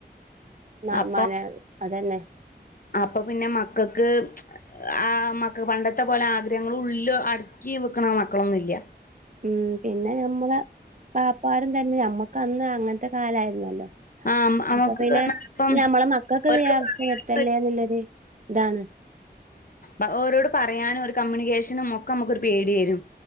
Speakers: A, on the right (about 45°); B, on the left (about 55°).
A: ന
B: അപ്പൊ
A: മന അതന്നെ
B: അപ്പൊ പിന്നെ മക്കക്ക് ആ മക്ക പണ്ടത്തെ പോലെ ആഗ്രഹങ്ങൾ ഉള്ളിൽ അടുക്കി വെക്കണ മക്കളൊന്നൂല്യ
A: ഉം പിന്നെ ഞമ്മളെ പാപ്പാരും തന്നെ മ്മക്ക് കന്നെഅങ്ങനത്തെ കാലായിരുന്നല്ലോ
B: ആഹ് നമുക്ക്
A: അപ്പൊ പിന്നെ
B: ഇപ്പം
A: ഞമ്മളെ മക്കക്ക്
B: ഓരോട്
A: ഇതേ
B: പറയാനും
A: അവസ്ഥ വരുത്തല്ലേ ന്നുള്ളരു ഇതാണ്
B: ആ ഓരോട് പറയാനും ഒരു കമ്മ്യൂണിക്കേഷനും ഒക്കെ നമ്മുക്കൊരു പേടി വരും